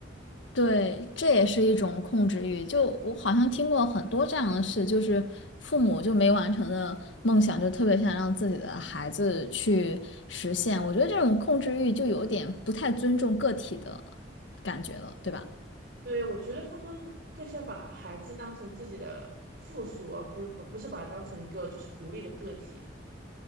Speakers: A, on the left (about 75°); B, on the right (about 55°).
A: 对，这也是一种控制欲。就我好像听过很多这样的事，就是父母就没完成的梦想，就特别想让自己的孩子去实现。我觉得这种控制欲就有点不太尊重个体的感觉了，对吧？
B: 对，我觉得他们更像把孩子当成自己的附属，而不是不不是把它当成一个就是独立的个体。